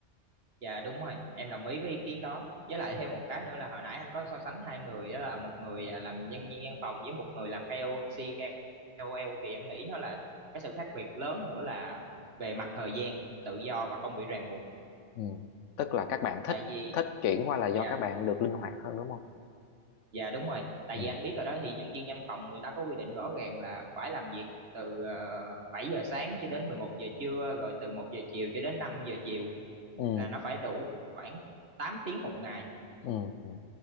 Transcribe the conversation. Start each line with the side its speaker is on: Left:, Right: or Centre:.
Right: Dạ đúng rồi, em đồng ý với ý kiến đó. Với lại
Left: Ừ.
Right: thêm một cái nữa là hồi nãy anh có so sánh hai người đó là một người à, làm nhân viên văn phòng với một người làm KOC, KOL thì em nghĩ nó là cái sự khác biệt lớn nữa là về mặt thời gian tự do và không bị ràng buộc.
Left: ừ. tức là các bạn thích
Right: Tại vì
Left: thích chuyển qua là do
Right: dạ
Left: các bạn được linh hoạt hơn đúng không
Right: dạ đúng rồi. Tại
Left: ừ
Right: vì anh biết rồi đó thì nhân viên văn phòng người ta có quy định rõ ràng là phải làm việc từ uh, 7 giờ sáng cho đến 11 giờ trưa rồi từ một giờ chiều cho đến 5 giờ chiều
Left: ừ
Right: là nó phải đủ khoảng 8 tiếng một ngày
Left: ừ, ừ.